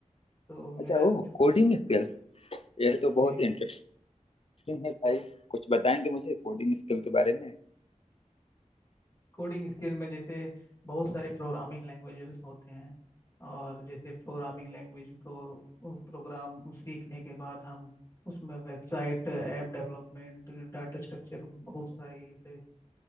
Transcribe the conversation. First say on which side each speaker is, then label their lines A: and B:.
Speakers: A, on the left; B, on the left.
A: तो मेरा
B: अच्छा
A: जो
B: ओह कोडिंग स्किल ये तो बहुत
A: जी
B: इंटरेस्टिंग है भाई कुछ बताएंगे मुझे कोडिंग स्किल के बारे में
A: कोडिंग स्किल में जैसे बहुत सारे प्रोग्रामिंग लैंग्वेजेस होते हैं और जैसे प्रोग्रामिंग लैंग्वेज को प्रोग्राम सीखने के बाद हम उसमें website app development data structure बहुत सारे ऐसे